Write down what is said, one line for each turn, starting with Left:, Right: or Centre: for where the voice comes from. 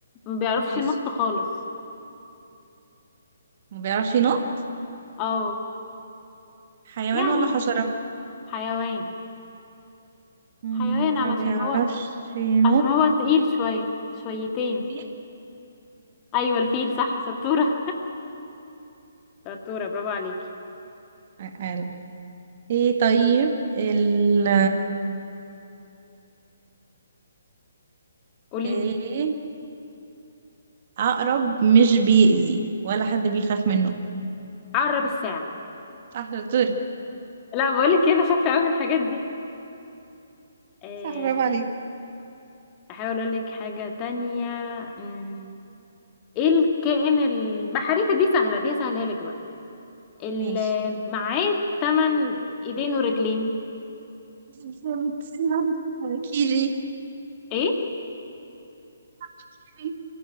Left: ما بيعرفش
Right: ماشي
Left: ينط خالص
Right: ما بيعرفش ينط
Left: اه
Right: حيوان
Left: يعني
Right: ولا حشرة
Left: حيوان
Right: مم،
Left: حيوان
Right: ما
Left: علشان
Right: بيعرفش
Left: هو
Right: ينط
Left: عشان هو تقيل شوية شويتين
Right: فيل
Left: أيوة الفيل صح شطورة شطورة <laughs> برافو عليكي
Right: قال ايه طيب ال
Left: قوليلي
Right: ايه عقرب مش بيأذي ولا حد بيخاف منه
Left: عقرب الساعة
Right: صح دكتور
Left: لا بقولك إيه، أنا شاطرة أوي في الحاجات دي آه،
Right: صح برافو عليك
Left: أحاول أقولك حاجة تانية مم، إيه الكائن البحري دي سهلة دي سهلها لك بقى اللي
Right: ماشي
Left: معاه تمن إيدين ورجلين
Right: <laughs> كيجي
Left: إيه
Right: كيجي